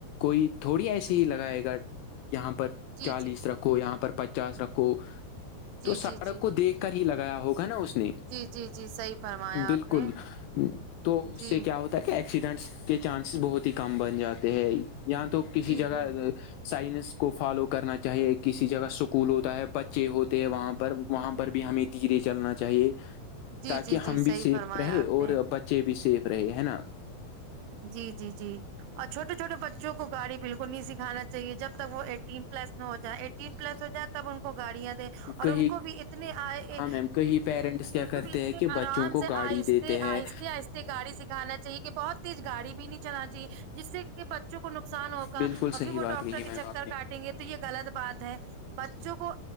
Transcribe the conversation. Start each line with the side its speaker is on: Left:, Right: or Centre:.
Left: کوئی تھوڑی ایسی ہی لگائے گا یہاں پر چالیس
Right: جی جی جی
Left: رکھو یہاں پر چاس رکھو تو سڑک
Right: جی جی جی
Left: کو دیکھ کر ہی لگایا ہوگا نا اس نے
Right: جی جی جی صحیح فرمایا
Left: بالکل
Right: آپ نے
Left: تو اس
Right: جی
Left: سے کیا ہو ت کہ ایکسیڈنٹس کے چانسز بہت ہی کم بن جاتے ہیں یا تو کسی
Right: جی
Left: جگہ
Right: جی جی
Left: سائنس کو فالو کرنا چاہیے کسی جگہ اسکول ہوتا ہے بچے ہوتے ہیں وہاں پر وہاں پر بھی ہمیں دھیرے چلنا چاہیے
Right: جی
Left: تاکہ
Right: جی جی
Left: ہم بھی
Right: صحیح
Left: سیف
Right: فرمایا
Left: رہے
Right: آپ
Left: اور
Right: نے
Left: بچے بھی سیف رہے ہے نا
Right: جی جی جی اورھوٹے چھٹے بچوں کو گاڑی بالکل نہیں سکھانا چاہے جب تک وہ ایٹین پلس نہ ہو جائے ایٹین پلس ہو جائے تو تب ان کو گاڑیاں د اور
Left: کہیں
Right: ان کو بھی اتنے آئے
Left: ہاں میم کہیں پیرنٹس کیا
Right: ان کو
Left: کرتے
Right: بھی اتنے
Left: ہیں کہ
Right: آرام
Left: بچوں کو
Right: سے
Left: گاڑی
Right: آئے
Left: دیتے
Right: آہستتے
Left: ہیں
Right: آہستتے گاڑی سکھانا چاہیے کہ بہت تیز گاڑی بھی نہیں چلانا چاہیے جس سے کہ بچوں کو نقصان ہوگا
Left: بالکل
Right: اور
Left: صحیح
Right: پھر وہ
Left: بات
Right: ڈاکٹر
Left: کہی
Right: کے
Left: میم
Right: چکر
Left: آپ نے
Right: کاٹیں گے تو یہ غلط بات ہے بچوں کو